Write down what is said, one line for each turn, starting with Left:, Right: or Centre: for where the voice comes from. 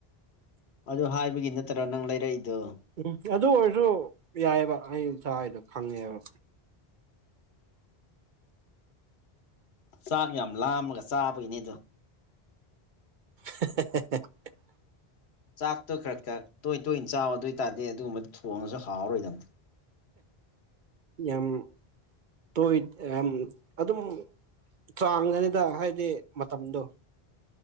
Left: ꯑꯗꯨ ꯍꯥꯏꯕꯒꯤ ꯅꯠꯇ꯭ꯔꯣ ꯅꯪ ꯂꯩꯔꯛꯏꯗꯨꯣ
Right: ꯎꯝ ꯑꯗꯨ ꯑꯣꯏꯔꯁꯨ ꯌꯥꯏꯑꯕ ꯑꯩ ꯏꯁꯁꯥꯗꯣ ꯈꯪꯉꯦꯕ
Left: ꯆꯥꯛ ꯌꯥꯝ ꯂꯥꯝꯃꯒ ꯆꯥꯕꯒꯤꯅꯦꯗ
Right: <unintelligible>
Left: ꯆꯥꯛꯇꯣ ꯈꯔ ꯈꯔ ꯇꯣꯏ ꯇꯣꯏꯅ ꯆ ꯆꯥꯎ ꯑꯗꯨ ꯑꯣꯏ ꯇꯔꯗꯤ ꯑꯗꯨꯒꯨꯝꯕꯗꯨ ꯊꯣꯡꯉꯁꯨ ꯍꯥꯎꯔꯣꯏꯗꯕꯅꯤ
Right: ꯌꯥꯝ ꯇꯣ ꯑ ꯑꯗꯨꯝ ꯆꯥꯡꯉꯅꯤꯗ ꯍꯥꯏꯗꯤ ꯃꯇꯝꯗꯣ